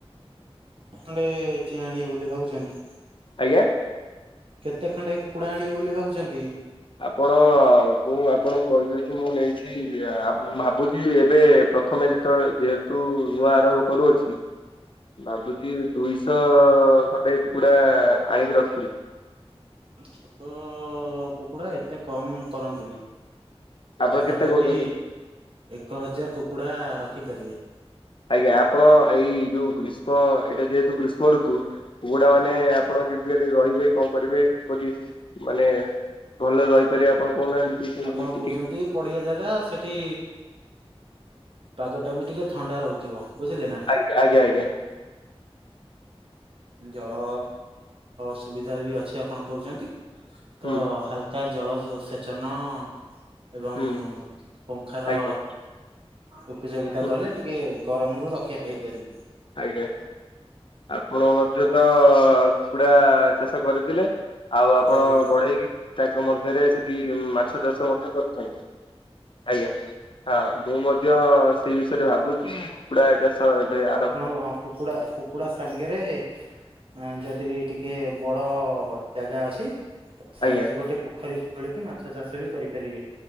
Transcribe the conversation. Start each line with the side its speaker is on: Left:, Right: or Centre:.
Right: ହେଲେ ଚିଆଁ ଆଣିବେ ବୋଲି ଭାବୁଛନ୍ତି?
Left: ଆଜ୍ଞା।
Right: କେତେ ଖଣ୍ଡେ କୁକୁଡ଼ା ଆଣିବେ ବୋଲି ଭାବୁଛନ୍ତି?
Left: ଆପଣ, ମୁଁ ଆପଣଙ୍କୁ କହିଦେଉଛି ମୁଁ ନେଇଛି ମୁଁ ଭାବୁଛି ଏବେ ପ୍ରଥମେ ଯେ ତ ଯେହେତୁ ନୂଆ ଆରମ୍ଭ କରୁଅଛି ଭାବୁଛି ଦୁଇଶହ ଖଣ୍ଡେ ଏ କୁକୁଡ଼ା ଆଣିକି ରଖିବି।
Right: ଛୋଟ କୁକୁଡା ଏତେ କମ କରନ୍ତିୁନି।
Left: ଆପଣ
Right: ପାଖାପାଖି
Left: କେତେ କହୁଛନ୍ତି?
Right: ଏକ ହଜାର କୁକୁଡା ରଖିପାରିବେ।
Left: ଆଜ୍ଞା, ଆପଣ ଏଇ ଯୋଉ ଗ୍ରୀଷ୍ମ ଏଇଟା ଯେହେତୁ ଗ୍ରୀଷ୍ମ ଋତୁ। କୁକୁଡା ମାନେ ଆପଣ କେବେ ରହିବେ, କଣ କରିବେ, କିପରି ମାନେ? ଭଲରେ ରହିପାରିବେ ଆପଣ? କହୁନାହାନ୍ତି କି କେମିତି
Right: ଆପଣ
Left: ଟିକେ
Right: କହୁଛନ୍ତି ପଡିଆ ଜାଗା ସେଠି ପାଗଟା ବି ଟିକେ ଥଣ୍ଡା ରହୁଥିବ, ବୁଝିଲେ ନା?
Left: ଆଗ ଆଜ୍ଞା ଆଜ୍ଞା।
Right: ଜଳ ସୁୁବିଧା ବି ଅଛି ଆପଣ କୋଉଚନ୍ତି? ତ
Left: ହୁଁ
Right: ହାଲ କା ଜଳ ସେଚନ ଏବଂ
Left: ହୁଁ
Right: ପଙ୍ଖା ର
Left: ଆଜ୍ଞା
Right: ଉପିଯୋଗିତା
Left: ହୁଁ
Right: କଲେ, ଟିକେ ଗରମ ରୁ ରକ୍ଷା ପାଇ ପାରି
Left: ଆଜ୍ଞା। ଆପଣ ଗୋଟେ ତ କୁକୁଡ଼ା ଚାଷ କରି ଥିଲେ ଆଉ ଆପଣ
Right: ଆଜ୍ଞା
Left: ବଢେଇକି ତାଙ୍କ ମଧ୍ୟରେ ସେଠି ମାଛ ଚାଷ ଟା କରଚନ୍ତି। ଆଜ୍ଞା। ହା ମୁଁ ମଧ୍ୟ ସେଇ ବିଷୟରେ ଭାବୁଛି କୁକୁଡ଼ା ଚାଷ ଏବେ ଆ
Right: ଆପଣଙ୍କ କୁକୁଡା, କୁକୁଡା ସାଙ୍ଗେରେ ଆ ଯଦି ଟିକେ ବଡ ଜାଗା ଅଛି ସାଇଡରେ
Left: ଆଜ୍ଞା
Right: ଗୋଟେ ପୋଖୋରୀ ଖୋଳିକି ମାଛ ଚାଷ ବି କରିପାରିବେ।